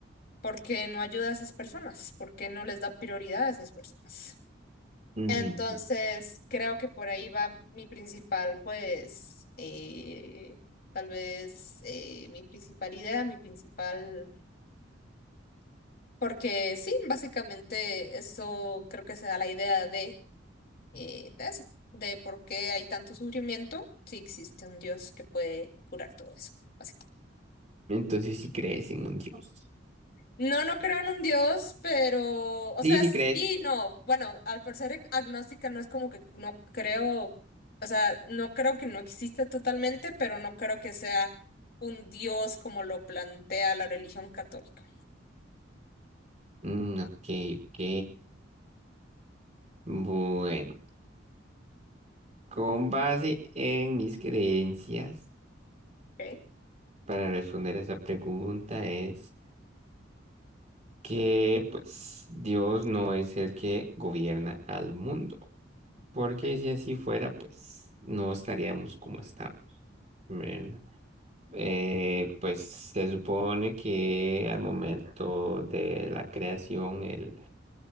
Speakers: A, on the left; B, on the right.
A: ¿por qué no ayuda a esas personas? ¿Por qué no les da prioridad a esas personas?
B: Mm,
A: Entonces creo que por ahí va mi principal, pues, eh, tal vez eh, mi principal idea, mi principal... Porque sí, básicamente eso creo que se da la idea de... eh, de eso, de por qué hay tanto sufrimiento, si existe un Dios que puede curar todo eso, básicamente.
B: Entonces, si crees en un dios.
A: No, no creo en un Dios, pero, o
B: Sí,
A: sea,
B: sí
A: sí,
B: crees.
A: no, bueno, al por ser agnóstica no es como que no creo, o sea, no creo que no exista totalmente, pero no creo que sea un Dios como lo plantea la religión católica.
B: Mm, ok, ok. Bueno, con base en mis creencias,
A: Okay,
B: para responder a esta pregunta es que, pues, Dios no es el que gobierna al mundo. Porque
A: okay,
B: si así fuera, pues, no estaríamos como estamos, ¿verdad? Eh, pues se supone que al momento de la creación él